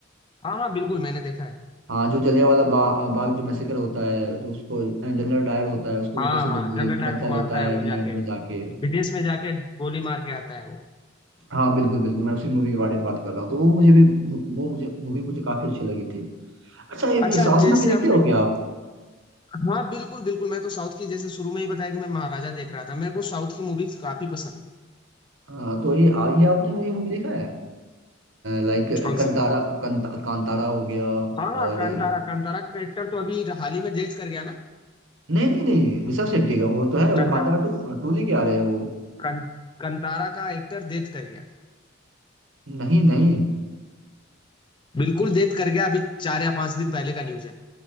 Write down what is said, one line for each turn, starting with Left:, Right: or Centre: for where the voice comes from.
Left: हाँ हाँ बिल्कुल मैंने देखा है
Right: हाँ जो जलियांवाला बा, बाग जो मैसेकर होता है जो उसको जनरल डायर होता है उसको वो
Left: हाँ
Right: कैसे बदले
Left: हाँ जनरल डायर
Right: बदला
Left: को मारता
Right: लेता है
Left: है वो
Right: इंग्लैंड
Left: जाके
Right: में जाके
Left: विदेश में जाके गोली मार के आता है वो
Right: हाँ बिल्कुल बिल्कुल मैं उसी मूवी के बारे में बात कर रहा हूँ तो वो मुझे भी वो मुझे मूवी मुझे काफी अच्छी लगी थी अच्छा ये
Left: अच्छा
Right: ये साउथ
Left: जैसे
Right: मूवी देखते
Left: आपने
Right: हो क्या आप
Left: हाँ बिल्कुल बिल्कुल मैं तो साउथ की जैसे शुरू में ही बताया कि मैं महाराजा देख रहा था मेरे को साउथ की मूवीज काफी पसंद है
Right: आ, तो ये आ- ये आपने मुझे मूवी देखा है लाइक
Left: कौन
Right: कंतारा
Left: सी
Right: कंता, कांतारा हो गया
Left: हाँ हाँ
Right: और
Left: कांतारा
Right: नहीं
Left: कांतारा का एक्टर तो अभी हाल ही में डेथ कर गया ना
Right: नहीं नहीं ऋषभ शेट्टी का वो तो है वो
Left: कांता
Right: कांतारा टू टू लेके आ रहे हैं वो
Left: कां, कांतारा का एक्टर डेथ कर गया
Right: नहीं नहीं
Left: बिल्कुल डेथ कर गया अभी चार या पांच दिन पहले का न्यूज है